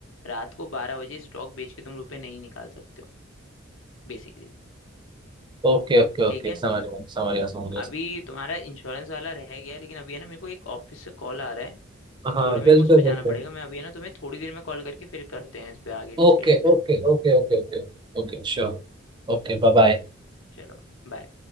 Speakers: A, on the left; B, on the right.
A: रात को बारह बजे स्टॉक बेच के तुम रुपए नहीं निकाल सकते हो बेसिकली
B: ओके ओके
A: ठीक
B: ओके
A: है
B: समझ गया समझ गया समझ गया
A: अभी तुम्हारा इंश्योरेंस वाला रह गया लेकिन अभी है ना मेरे को एक ऑफिस से कॉल आ रहा है तो
B: हाँ
A: थोड़ा मेरे
B: बिल्कुल
A: को उस पर जाना
B: बिल्कुल
A: पड़ेगा मैं अभी है ना तुम्हें थोड़ी देर में कॉल करके फिर करते हैं इस पे आगे डिस्कशन
B: Okay okay okay okay okay Okay sure Okay bye bye
A: चलो बाय